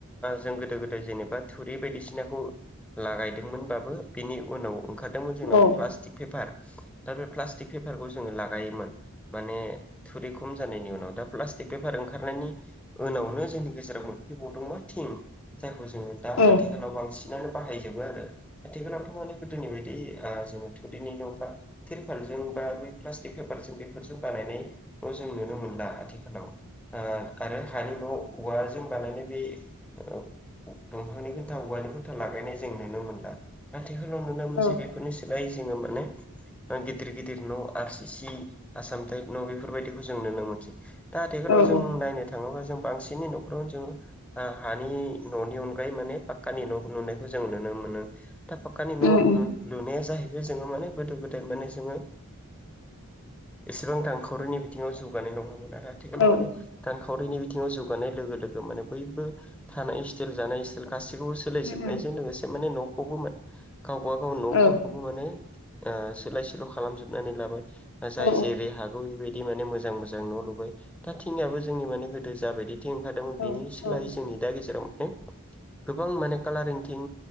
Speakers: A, in the centre; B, on the left (about 60°).
A: जों गोदो गोदाय जेनेबा थुरि बायदिसिनाखौ लागायदोंमोनबाबो बेनि उनाव ओंखारदों
B: औ
A: <unintelligible> प्लासटिक पेपार ला बे प्लासटिक पेपारखौ जोङो लागायोमोन माने थुरि खम जानायनि उनाव दा ब्लास्ट बेफार ओंखारनायनि उनावनो जोंनि गेजेराव मोनफैबावदोंबा थिं जो दा
B: औ
A: आथिखालाव
B: औ
A: बांसिनानो बाहायजोबो आरो आथिालाव गोदोनि बायदि जो थुदैनि न' बा थेरपालजों बा पेपारजों बेफोरजों बानायनाय जों नुनो मोनला आथिखालाव आरो हानि न' औवारजों बानायनाय बे दंफांनि खोन्था औवानि खोनन््था लागायनाय जों नुनो मोनला आथिखालाव नुनो मोनसै
B: औ
A: बेफोरनि स बाय जोङो माने गिदिर गिदिर न' आर सि सि आसाम टाइप न' बेफोरबायदिखौ जों नुनो मोनसै दा आथिखालाव
B: औ
A: जों
B: औ
A: नायनो थाङोब्ला जों बांसिनै न'खरावनो जोङो हानि न'नि अनगायै माने पाक्कानि न' नुनायखौ जों नुनो मोनो था फाखकानि न'
B: उम उम
A: लुनाया जाहैबाय जोङो माने गोदो गोदाय माने जोङो एसेबां दानखावरिनि बिथिङाव जौगानाय नङामोन आरो आथिखालाव
B: औ
A: माने दानखावरि सावरिनि बिथिङाव जौगानाय लोगो लोगो माने बयबो थानाय स्टाइल जानाय स्टाइल गासै गसिखौबो सोलायजोबनायजों
B: उम उम
A: लोगोसे माने न'खौबो मोन गावबागाव न'फोरखौबो
B: औ
A: माने सोलाय सोल' खालामजोबनानै लाबाय जाय
B: औ
A: जेरै- हागौ बेबायदि माने मोजां मोजां न' लुबाय दा थिंनियाबो जोंनि माने गोदो जाबायदि <unintelligible> ओंखारदोंमोन
B: औ
A: बिनि सोलायै
B: औ
A: जोंनि दा गेजेराव माने गोबां माने कालारइं थिं